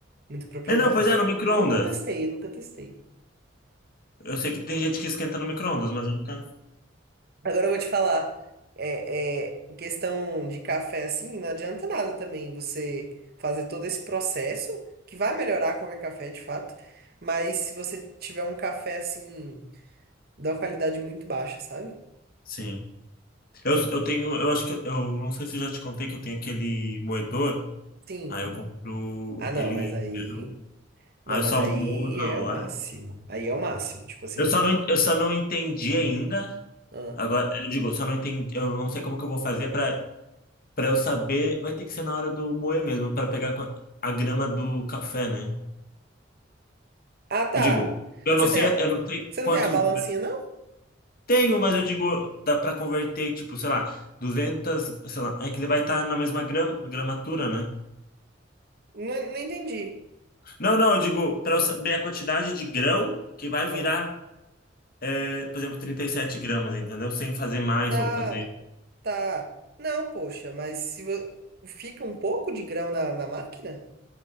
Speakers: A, on the right (about 55°); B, on the left (about 50°).
A: muita propriedade.
B: É, não, pois é, no micro-ondas.
A: Eu nunca testei, eu nunca testei.
B: Eu sei que tem gente que esquenta no micro-ondas, mas eu nunca.
A: Agora eu vou te falar. É, é, em questão de café, assim, não adianta nada também você fazer todo esse processo, que vai melhorar qualquer café, de fato, mas se você tiver um café, assim, da qualidade muito baixa, sabe?
B: Sim. Eu, eu tenho. Eu acho que. Eu eu não sei se eu já te contei que eu tenho aquele moedor.
A: Sim.
B: Aí eu compro
A: Ah, não,
B: ele
A: mas
B: em
A: aí.
B: grão.
A: Não,
B: Aí eu
A: mas
B: só
A: aí
B: moo na
A: é
B: hora.
A: o máximo. Aí é o máximo, tipo assim.
B: Eu só não, en- eu só não entendi ainda.
A: Ah,
B: Agora, eu digo, eu só não entendi. Eu não sei como que eu vou fazer pra, pra eu saber. Vai ter que ser na hora do moer mesmo, pra pegar com a a grama do café, né?
A: Ah, tá.
B: Eu digo, eu
A: Você
B: não sei,
A: tem a...
B: eu não sei
A: Você
B: quantos
A: não tem a balancinha, não?
B: tenho, mas eu digo, dá para converter, tipo, sei lá, 200, sei lá, é que ele vai estar na mesma gram, gramatura, né?
A: Não, não entendi.
B: Não, não, eu digo, para eu saber a quantidade de grão que vai
A: Ah,
B: virar, é, por exemplo, 37 gramas, entendeu? Sem fazer mais
A: tá.
B: ou fazer,
A: Tá. Não, poxa, mas se vo- fica um pouco de grão na, na máquina?